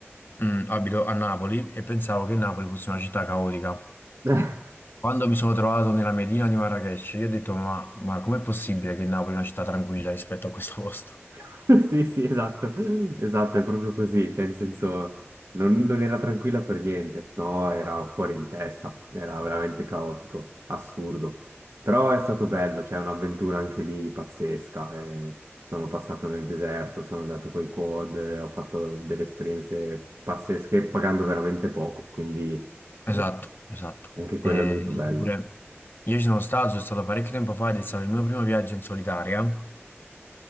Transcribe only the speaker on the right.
<laughs>
<laughs> Sì, sì, esatto, esatto, è proprio così, cioè in senso non, non era tranquilla per niente, no, era fuori di testa, era veramente caotico, assurdo, però è stato bello, cioè un'avventura anche lì pazzesca, eh, sono passato nel deserto, sono andato coi quad, eh, ho fatto delle esperienze pazzesche pagando veramente poco, quindi
eh,
anche
quello è molto
bello.